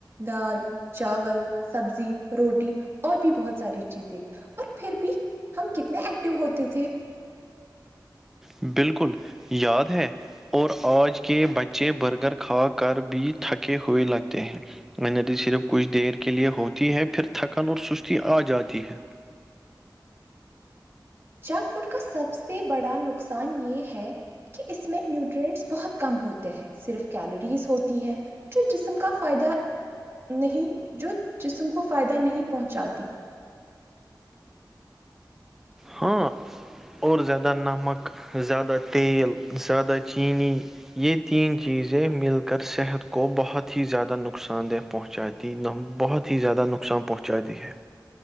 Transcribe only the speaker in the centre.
بالکل یاد ہے اور آج کے بچے برگر کھا کر بھی تھکے ہوئے لگتے ہیں انرجی صرف کچھ دیر کے لئے ہوتی ہے پھر تھکن اور سستی آ جاتی ہے
ہاں اور زیادہ نمک زیادہ تیل زیادہ چینی یہ تین چیزیں مل کر صحت کو بہت ہی زیادہ نقصان دہ پہنچاتی یہ بہت ہی زیادہ نقصان پہنچاتی ہے